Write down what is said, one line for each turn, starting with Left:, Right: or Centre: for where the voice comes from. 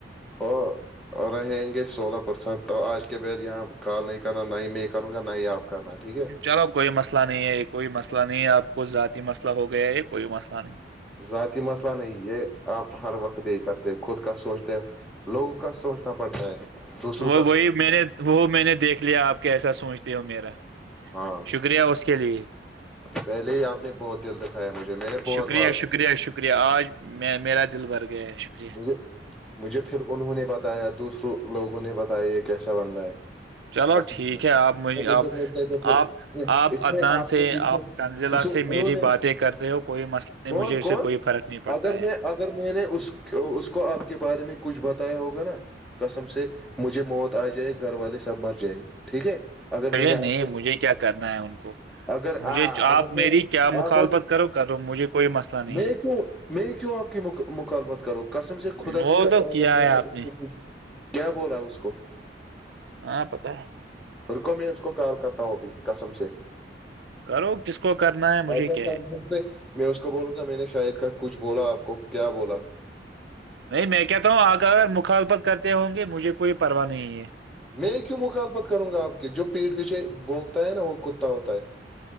Centre: وہ اور رہیں گے سولہ پرسنٹ تو آج کے بعد یہاں کال نہیں کرنا نہ ہی میں کروں گا نہ ہی آپ کرنا ٹھیک ہے
Right: چلو کوئی مسئلہ نہیں ہے یہ کوئی مسئلہ نہیں ہے آپ کو ذاتی مسئلہ ہو گیا ہے یہ کوئی مسئلہ نہیں
Centre: ذاتی مسئلہ نہیں یہ آپ ہر وقت دی کرتے ہو خود کا سوچتے ہیں لوگوں کا سوچنا پڑتا ہے دوسروں
Right: وہ
Centre: کا
Right: وہی
Centre: سو-
Right: میں نے وہ میں نے دیکھ لیا آپ کے ایسا سوچتے ہو میرا
Centre: ہاں
Right: شکریہ اس کے لیے
Centre: پہلے ہی آپ نے بہت دل دکھایا مجھے میں نے بہت
Right: شکریہ
Centre: بات
Right: شکریہ شکریہ آج میں میرا دل بھرھ گیا ہے شکریہ
Centre: مجھے مجھے پھر انہوں نے بتایا دوسروں لوگوں نے بتایا یہ کیسا بندہ ہے
Right: چلو
Centre: کسم
Right: ٹھیک
Centre: سے
Right: ہے آپ
Centre: وہ مجھے
Right: آپ
Centre: بولتے تھے پھر
Right: آپ آپ
Centre: اس
Right: عدنان
Centre: میں آپ
Right: سے
Centre: کے پیچھے
Right: آپ تنزیلہ
Centre: انہوں
Right: سے میری
Centre: نے
Right: باتیں کرتے ہو کوئی مسئلہ نہیں
Centre: کون
Right: مجھے اسے
Centre: کون
Right: کوئی فرق نہیں پڑتا
Centre: اگر
Right: ہے
Centre: میں اگر میں نے اس اس کو آپ کے بارے میں کچھ بتایا ہوگا نا کسم سے مجھے موت آ جائے گھر والے سب مر جائیں ٹھیک ہے اگر میں نے
Right: ے نہیں
Centre: آپ کو
Right: مجھے کیا کرنا ہے ان کو
Centre: اگر آ
Right: مجھے آپ
Centre: اگر میں
Right: میری کیا مخالفت
Centre: آپ
Right: کرو کرو مجھے کوئی مسئلہ نہیں
Centre: میں کیوں میں کیوں آپ کی مخالبت کرو کسم سے
Right: ہے
Centre: خدا
Right: وہ
Centre: کی کسم
Right: تو کیا
Centre: اگر میں
Right: ہے
Centre: نے
Right: آپ
Centre: اس کو کچھ کیا بولا اس کو
Right: ہاں پتا ہے
Centre: رکو میں اس کو کال کرتا ہوں ابھی قسم سے
Right: کرو کس کو کرنا ہے مجھے
Centre: آ جا
Right: کیا
Centre: کانسن
Right: ہے
Centre: سے میں اس کو بولوں گا میں نے شاید کا کچھ بولا آپ کو کیا بولا
Right: نہیں میں کہتا ہوں آگ اگر مخالفت کرتے ہوں گے مجھے کوئی پرواہ نہیں ہے
Centre: میں کیوں مخالفت کروں گا آپ کی جو پیٹھ پیچھے بونکتا ہے نا وہ کتا ہوتا ہے